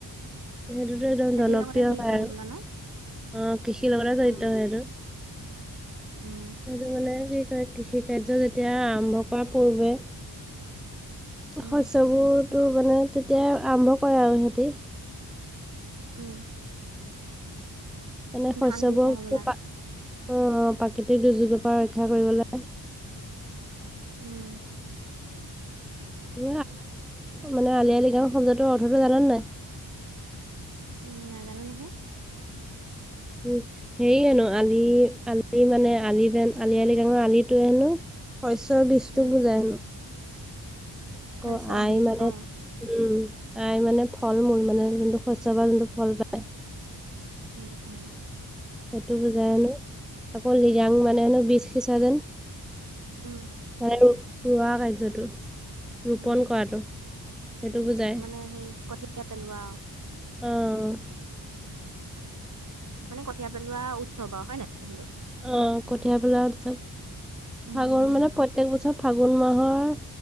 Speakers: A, in the centre; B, on the right.
A: সেইটোতো একদম
B: খেতিৰ
A: জনপ্ৰিয়
B: লগতে জড়িত
A: হয়
B: হ'বলা
A: আৰু
B: ন
A: অ কৃষি লগতে জড়িত
B: উম
A: হৈ সেইটো
B: উম
A: আৰু মানে কি কয় কৃষি কাৰ্য যেতিয়া আৰম্ভ কৰা পূৰ্বে
B: উম
A: শস্যবোৰতো মানে তেতিয়া আৰম্ভ কৰে আৰু সিহঁতি
B: উম
A: মানে শস্যবোৰক
B: ধান সিঁচে হ'বলা
A: <unintelligible> অ প্ৰাকৃতিক দুৰ্যোগৰ পৰা ৰক্ষা কৰিবলৈ
B: উম
A: <unintelligible> মানে আলি আই লৃগাং শব্দটোৰ অৰ্থটো জাননে নাই
B: উম নাজানো নহয়
A: উ হেৰি হেনো আলি আলি মানে আলি যেন আলি আই লৃগাঙৰ আলিটো হেনো শস্যৰ বীজটো
B: উম
A: বুজাই হেনো ক
B: শস্য
A: আই
B: বীজ
A: মানে
B: অ
A: উম আই মানে ফল মূল মানে যোনটো শস্যৰ পৰা যোনটো ফল পায়
B: উমঁ উমঁ!
A: সেইটো বুজাই হেনো আকৌ লৃগাং মানে হেনো বীজ সিঁচা যেন
B: উমঁ!
A: মানে ৰোগ ৰোৱা কাৰ্যটো ৰোপন
B: উমঁ
A: কৰাটো সেইটো
B: উমঁ
A: বুজায়।
B: মানে সেই কঠিয়া পেলোৱা আও।
A: অঁহ!
B: মানে কঠিয়া পেলোৱা উৎসৱ আৰু হয় নাই সেইটো।
A: অঁ কঠীয়া পেলোৱা উৎসৱ
B: উম,
A: আগৰ মানে প প্ৰত্যেক বছৰ ফাগুন মাহৰ